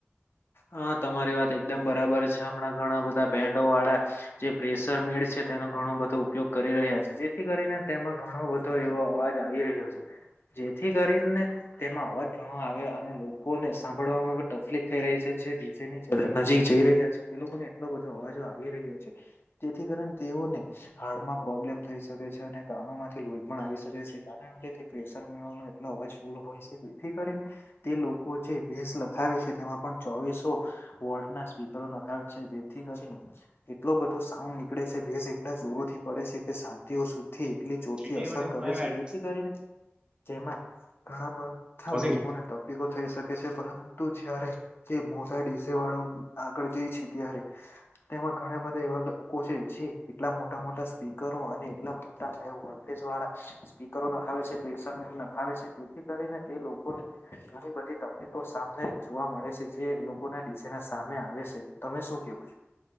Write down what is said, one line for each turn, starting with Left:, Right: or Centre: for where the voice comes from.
Left: હા તમારી વાત એકદમ બરાબર છે હમણાં ઘણા બધા બેન્ડો વાળા જે પ્રેેશર મેળશે, તેનો ઘણો બધો ઉપયોગ કરી રહ્યા છે જેથી કરીને તેમાં ઘણો બધો એવો અવાજ આવી રહ્યો છે. જેથી કરીને, તેમાં અવાજ ઘણો આવ અને લોકોને સાંભળવામાં ટફલી ખાઈ રહી છે. જે ડીજે ની નજીક જઈ રહ્યા છે તે લોકો ને એટલો બધો અવાજો આવી રહ્યો છે. તેથી કારણે તેઓને, હારડમાં પ્રોબ્લેમ થઈ શકે છે અને કનો માંથી લોહી પણ આવી શકે છે કારણ જેથી પ્રેશર મેળવવાનો એટલો અવાજ ફૂલ હોય છે જેથી કરીને તે લોકો જે ભસ લ, આવે છે તેમાં પણ ચોવીસો વોલ્ટના સ્પીકરો નખાવે છે જેથી કરીને, એટલો બધો સાઉન્ડ નીકળે છે ભસ એટલા જરોથી પડે છે કે સાથીઓ સુધ થી એટલી ચોટથી
Right: એટલે
Left: અસર
Right: માટે હમણાં
Left: કરે છે
Right: એડમિશન
Left: જેથી કરીને, તેમાં ઘણા બધા
Right: પહોંચી
Left: લોકોને
Right: ગયો
Left: તકલીફો થઈ શકે છે પરંતુ જ્યારે, જે મોટા ડી ઝે વાળાઓ ન આગળ જાય છે ત્યારે, તેમાં ઘણા બધા એવા લોકો છે જે એટલા મોટા મોટા સ્પીકરો અને એટલા, મોટા હે વોલ્ટેજ વાળા, સ્પીકરો નખાવે છે, પ્રેશર મીટર નખાવે છે, જેથી કરીને તે લોકોને, ઘણી બધી તકલીફો સામને જોવા મળે છે. જે એ લોકો ના ડીસાા ના સામે આવે છે તમે શું ક્યુ છો.